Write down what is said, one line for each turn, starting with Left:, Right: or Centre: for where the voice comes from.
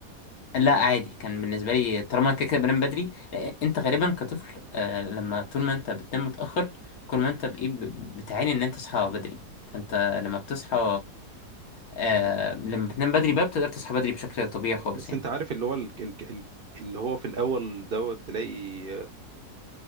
Left: لا عادي كان بالنسبه لي طالما انا كده كده بنام بدري آه، انت غالبا كطفل آه، لما طول ما انت بتنام متاخر كل ما انت بايه ب- بتعاني ان انت تصحى بدري فانت لما بتصحى آه،
Right: مهم.
Left: لما بتنام بدري بقى بتقدر تصحى بدري بشكل طبيعي خالص
Right: بس
Left: يعني
Right: انت عارف اللي هو ال... ال... ال- اللي هو في الاول دوت تلاقي